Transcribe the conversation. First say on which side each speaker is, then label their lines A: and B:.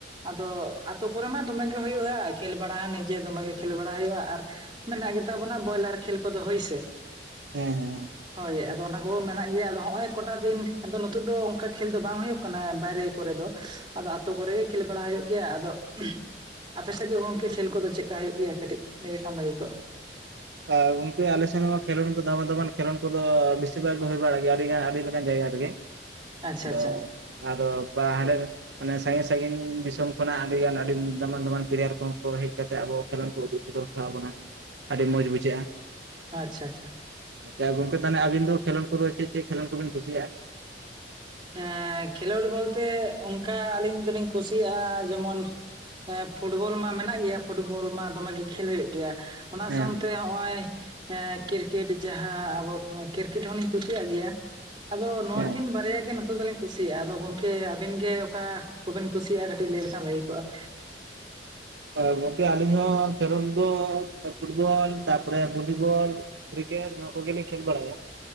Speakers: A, on the right (about 30°); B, on the right (about 85°).
A: ᱟᱫᱚ ᱟᱛᱳ ᱠᱚᱨᱮ ᱢᱟ ᱫᱚᱢᱮ ᱜᱮ ᱦᱩᱭᱩᱜᱼᱟ ᱠᱷᱮᱞ ᱵᱟᱲᱟ ᱦᱚᱸ ᱱᱤᱡᱮ ᱫᱚᱢᱮ ᱜᱮ ᱠᱷᱮᱞ ᱵᱟᱲᱟ ᱦᱩᱭᱩᱜᱼᱟ ᱟᱨ ᱢᱮᱱᱟᱜ ᱜᱮ ᱛᱟᱵᱚᱱᱟ ᱵᱚᱭᱞᱟᱨ ᱠᱷᱮᱞ ᱠᱚᱫᱚ ᱦᱳᱭᱥᱮ
B: ᱦᱮᱸ ᱦᱮᱸ
A: ᱦᱳᱭ ᱟᱫᱚ ᱚᱱᱟ ᱠᱚ ᱢᱮᱱᱟᱜ ᱜᱮᱭᱟ ᱟᱫᱚ ᱦᱚᱸᱜ ᱚᱭ ᱠᱚᱴᱟ ᱫᱤᱱ ᱟᱫᱚ ᱱᱤᱛᱳ ᱫᱚ ᱚᱱᱠᱟ ᱠᱷᱮᱞ ᱫᱚ ᱵᱟᱝ ᱦᱩᱭᱩᱜ ᱠᱟᱱᱟ ᱵᱟᱭᱨᱮ ᱠᱚᱨᱮ ᱫᱚ ᱟᱫᱚ ᱟᱛᱳ ᱠᱚᱨᱮᱜ ᱜᱮ ᱠᱷᱮᱞ ᱵᱟᱲᱟ ᱦᱳᱭᱳᱜ ᱜᱮᱭᱟ ᱟᱫᱚ ᱟᱯᱮ ᱥᱮᱫ ᱜᱮ ᱜᱚᱝᱠᱮ ᱠᱷᱮᱞ ᱠᱚᱫᱚ ᱪᱮᱫᱠᱟ ᱦᱩᱭᱩᱜ ᱜᱮᱭᱟ ᱠᱟᱹᱴᱤᱡ ᱞᱟᱹᱭ ᱞᱮᱠᱷᱟᱱ ᱵᱷᱟᱜᱮ ᱠᱚᱜᱼᱟ
B: ᱟᱨ ᱜᱚᱝᱠᱮ ᱟᱞ ᱥᱮᱱ ᱢᱟ ᱠᱷᱮᱸᱞᱳᱰ ᱫᱚ ᱫᱟᱢᱟᱱ ᱫᱟᱢᱟᱱ ᱠᱷᱮᱞᱳᱰ ᱠᱚᱫᱚ ᱵᱤᱥᱤᱨ ᱵᱷᱟᱜᱽ ᱜᱮ ᱦᱩᱭ ᱵᱟᱲᱟᱜ ᱜᱮᱭᱟ ᱟᱹᱰᱤ ᱜᱟᱱ ᱟᱹᱰᱤ ᱞᱮᱠᱟᱱ ᱡᱟᱭᱜᱟ ᱨᱮᱜᱮᱡ
A: ᱟᱪᱪᱷᱟ
B: ᱟᱫᱚ
A: ᱟᱪᱪᱷᱟ
B: ᱟᱫᱚ ᱵᱟ ᱦᱟᱸᱰᱮ ᱢᱟᱱᱮ ᱥᱟᱺᱜᱤᱧ ᱥᱟᱺᱜᱤᱧ ᱫᱤᱥᱚᱢ ᱠᱷᱚᱱᱟᱜ ᱟᱹᱰᱤ ᱜᱟᱱ ᱟᱹᱰᱤ ᱫᱟᱢᱟᱱ ᱫᱟᱢᱟᱱ ᱯᱮᱞᱮᱭᱟᱨ ᱠᱚᱦᱚ ᱠᱚ ᱦᱮᱡ ᱠᱟᱛᱮ ᱟᱵᱚ ᱠᱷᱮᱞᱳᱰ ᱠᱚ ᱩᱫᱩᱜ ᱥᱚᱫᱚᱨ ᱟᱵᱚᱱ ᱴᱟᱣᱟ ᱵᱚᱱᱟ ᱟᱹᱰᱤ ᱢᱚᱡᱽ ᱵᱩᱡᱷᱟᱹᱜᱼᱟ
A: ᱟᱪᱪᱷᱟ ᱟᱪᱪᱷᱟ
B: ᱟᱪᱪᱷᱟ ᱜᱚᱝᱠᱮ ᱛᱟᱦᱞᱮ ᱟᱹᱵᱤᱱ ᱫᱚ ᱠᱷᱮᱞᱳᱰ ᱠᱚᱫᱚ ᱪᱮᱫ ᱪᱮᱫ ᱠᱷᱮᱞᱳᱰ ᱠᱚᱵᱤᱱ ᱠᱩᱥᱤᱭᱜᱼᱟ?
A: ᱦᱮᱸ ᱠᱷᱮᱞᱳᱰ ᱵᱚᱞᱛᱮ ᱚᱱᱠᱟ ᱟᱹᱞᱤᱧ ᱫᱚᱞᱤᱧ ᱠᱩᱥᱤᱭᱟᱜᱼᱟ ᱡᱮᱢᱚᱱ ᱦᱮᱸ ᱯᱷᱩᱴᱵᱚᱞ ᱢᱟ ᱢᱮᱱᱟᱜ ᱜᱮᱭᱟ ᱯᱷᱩᱴᱵᱚᱞ ᱢᱟ ᱫᱚᱢᱮᱜᱮ ᱠᱷᱮᱞ ᱦᱩᱭᱩᱜ ᱜᱮᱭᱟ ᱚᱱᱟ
B: ᱦᱮᱸ
A: ᱥᱟᱶᱛᱮ ᱦᱚᱜᱼᱚᱭ ᱠᱨᱤᱠᱮᱴ ᱡᱟᱦᱟᱸ ᱟᱵᱚ ᱠᱨᱤᱠᱮᱴ ᱦᱚᱞᱤᱧ ᱠᱩᱥᱤᱭᱟᱜ ᱜᱮᱭᱟ ᱾ ᱟᱫᱚ ᱱᱚᱣᱟᱠᱤᱱ
B: ᱦᱮᱸ
A: ᱵᱟᱨᱭᱟ ᱜᱮ ᱱᱟ ᱠᱩᱥᱤ ᱫᱚᱞᱤᱧ ᱠᱩᱥᱤᱭᱟᱜᱼᱟ ᱟᱫᱚ ᱜᱚᱢᱠᱮ ᱟᱹᱵᱤᱱ ᱜᱮ ᱚᱠᱟ ᱠᱚᱵᱤᱱ ᱠᱩᱥᱤᱭᱟᱜᱼᱟ ᱠᱟᱹᱴᱤᱡ ᱞᱟᱹᱭ ᱞᱮᱠᱷᱟᱱ ᱵᱷᱟᱹᱜᱮ ᱠᱚᱜᱼᱟ
B: ᱮ ᱜᱚᱝᱠᱮ ᱟᱞᱤᱧ ᱦᱚᱸ ᱠᱷᱮᱞᱳᱰ ᱫᱚ ᱯᱷᱩᱴᱵᱚᱞ ᱛᱟᱨᱯᱚᱨᱮ ᱵᱷᱚᱞᱤᱵᱚᱞ ᱠᱨᱤᱠᱮᱴ ᱱᱚᱣᱟ ᱠᱚᱜᱮᱞᱮ ᱠᱷᱮᱞ ᱵᱟᱲᱟᱭᱟ